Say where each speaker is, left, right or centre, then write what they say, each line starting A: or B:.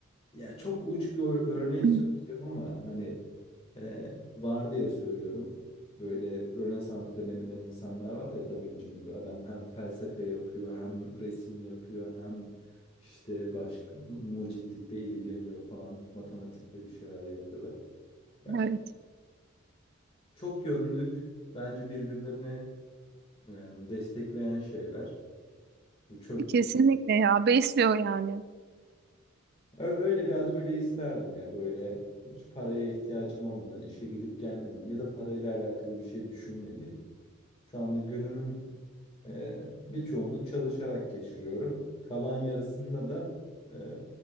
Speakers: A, on the left; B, on the right.
A: ya çok uç bir ör- örnek
B: <clears throat>
A: söyleyeceğim ama hani e, var diye söylüyorum. Böyle Rönesans döneminden insanlar var ya Da Vinci gibi adam hem felsefe yapıyor hem resim yapıyor hem işte başka mucitlikle ilgileniyor falan matematikle bir şeyler yapıyorlar. Ya
B: Evet,
A: Çok yönlülük bence birbirlerini e, destekleyen şeyler. Bu çok
B: kesinlikle ya besliyor yani.
A: Ö- öyle bir atölye isterdim ya böyle hiç paraya ihtiyacım olmadan işe gidip gelmediğim ya da parayla alakalı bir şey düşünmediğim. Şu anda günümün e, birçoğunu çalışarak geçiriyorum. Kalan yarısında da e,